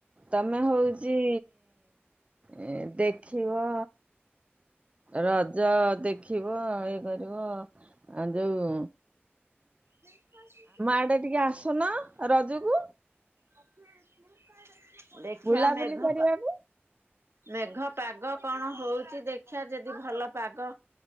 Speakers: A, on the right; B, on the right.
A: ତମେ ହଉଚି ଏଁ ଦେଖିବ ରଜ ଦେଖିବ ଇଏ କରିବ ଅ ଯୋଉଁ
B: <unintelligible>
A: ଆଡେ ଟିକେ ଆସୁନ ରଜକୁ
B: <inaudible> ଦେଖିଆ
A: ବୁଲାବୁଲି
B: ମେଘ
A: କରିବାକୁ।
B: ପା ମେଘ ପାଗ କଣ ହଉଛି ଦେଖିଆ ଯଦି ଭଲ ପାଗ